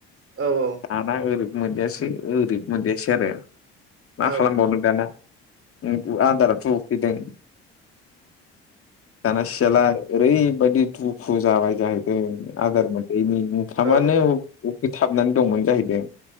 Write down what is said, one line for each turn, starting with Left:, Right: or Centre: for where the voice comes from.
Right: औ
Left: आना ओरो मोनजायासै ओरै मोनजायासै आरो मा
Right: ओ औ उम औ
Left: खालामबावनो दाना उम उ आदारथ' उखैदों दाना सियाला ओरैबायदि दुखु जाबाय। जाहैदों आदार मोन <unintelligible> नि ओंखामानो
Right: औ
Left: उ उखै थाबनानै दंमोन जाहैदों।